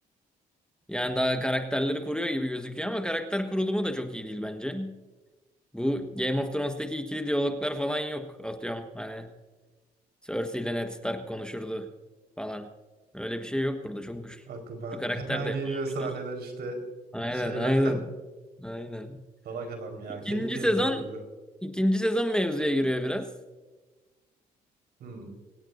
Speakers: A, in the centre; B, on the right (about 65°).
A: Yani
B: aynen.
A: daha karakterleri kuruyor gibi gözüküyor ama karakter kurulumu da çok iyi değil bence. Bu Game of Thrones'taki ikili diyaloglar falan yok. Atıyorum hani Cersei ile Ned Stark konuşurdu falan. Öyle bir şey yok burada. Çok güçlü
B: Aklıma
A: karakter
B: hemen
A: de yapamamışlar.
B: geliyor sahneler işte
A: Aynen
B: şeyler.
A: aynen. Aynen.
B: <laughs> Salak adam ya
A: İkinci
B: kendi kendini
A: sezon
B: öldürdü.
A: ikinci sezon mevzuya giriyor biraz.
B: Hmm.